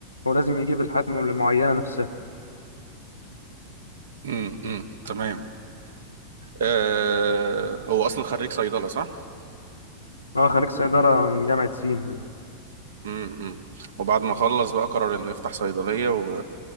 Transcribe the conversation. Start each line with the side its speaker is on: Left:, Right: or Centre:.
Left: هو لازم يجيب الحالات الم- المعينة نفسها
Right: امم امم تمام آه، هو أصلا خريج صيدلة صح؟
Left: هو خريج صيدلة من جامعة سين
Right: امم وبعد ما خلص بقى قرر انه يفتح صيدلية و...